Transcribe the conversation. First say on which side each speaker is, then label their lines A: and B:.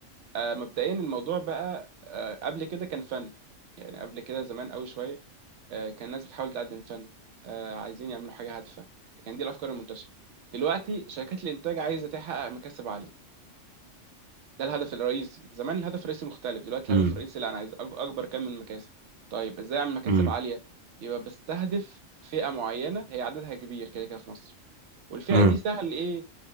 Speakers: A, on the right (about 70°); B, on the right (about 55°).
A: آه مبدئيا الموضوع بقى آه قبل كده كان فن يعني قبل كده زمان قوي شويه آه كان الناس بتحاول تقدم فن آه عايزين يعملوا حاجه هادفه كان دي الافكار المنتشره دلوقتي شركات الانتاج عايزه تحقق مكاسب عاليه ده الهدف الرئيسي زمان الهدف الرئيسي مختلف دلوقتي
B: امم
A: الهدف الرئيسي لا انا عايز أج- اكبر كم من المكاسب طيب ازاي اعمل مكاسب
B: امم
A: عاليه يبقى بستهدف فئه معينه هي عددها كبير كده كده في مصر والفئه
B: امم
A: دي سهل ايه